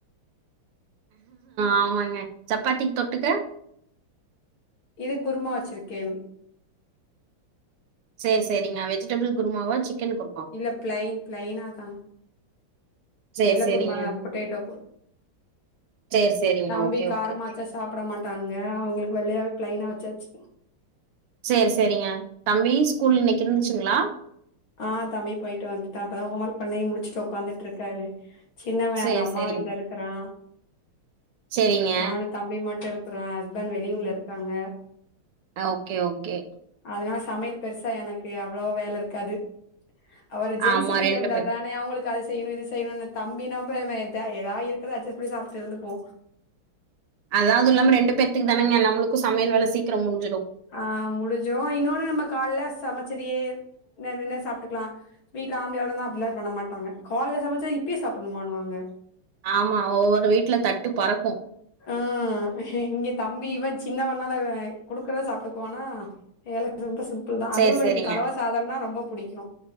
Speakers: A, on the right; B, on the left.
A: ஆமாங்க சப்பாத்திக் தொட்டுக்க
B: இதுக் குருமா வெச்சிருக்கே
A: சேர் சேரிங்க வெஜிடபிள் குருமாவா சிக்கன் கு
B: இல்ல ப்ளைன் ப்ளைனாதா
A: சேரி
B: வெள்ள
A: சேரிங்க
B: குருமாதா பொட்டேடோ
A: சேரி சேரிங்க
B: தம்பி
A: ஓகே
B: காரமாச்சா
A: ஓகே
B: சாப்ட மாட் டானுங்க அவுங்குளுக் வெள்ளயாவே ப்ளைனா வெச்சாச்சு
A: சேர் சேரிங்க தம்பி ஸ்கூல் இன்னிக் இருன்ச்சுங்ளா
B: ஆ தம்பி போயிட்டு வந்துட்டா இப்பதா ஹோம் ஒர்க் பண்ணி முடிச்சுட் உக்காந்துட்ருக்காரு சின்னவ
A: சேரி
B: அங்க அம்மா
A: சேரிங்க
B: வீட்ல இருக்கறா
A: சேரிங்க
B: நானு தம்பி மட்டு இருக்கறா ஹஸ்பண்ட் வெளியூர்ல இருக்காங்க
A: அ ஓகே ஓகே
B: அத்னால சமையல் பெருசா எனக்கு அவ்ளோவோ வேல இருக்காது அப்றோ ஜென்ஸ்சு
A: ஆமா
B: வீட்ட
A: ரெண்டு
B: இருந்த
A: பேர்
B: தானே அவுங்குளுக் கு அது செய்யணு இது செய்யணுனு தம்பி <unintelligible> ஏதாது இருக்கறத அட்ஜஸ்ட் பண்ணி சாப்ட்டு இருந்துப்போ
A: அதாவது இல்லாம ரெண்டு பேத்துக் தானங்க நம்ளுக்கு சமையல் வேல சீக்கரோ முஞ்சிடு
B: ஆ முடிஞ்சுரு இன்னொன்னு நம்ம காலேல சமைச்சதயே <unintelligible> சாப்ட்டுக்கலா வீட்ல ஆம்ப்டியாள் இருந்தா அப்டில்லா பண்ண மாட்டாங்க கால்லல சமச்சத் இப்பயு சாப்பிட்மான்வாங்க
A: ஆமா ஒவ்வொரு வீட்ல தட்டு பறக்கு
B: ஆ இங்க தம்பி இவ சின்னவண்ணால இவ குடுக்கறத் சாப்ட்டுக்வானா <unintelligible> ரொம்ப சிம்ப் பிள்தா அதுவு
A: சரி,
B: இவுனுக்
A: சரிங்க,
B: கலவ சாதம்னா ரொம்ப புடிக்கு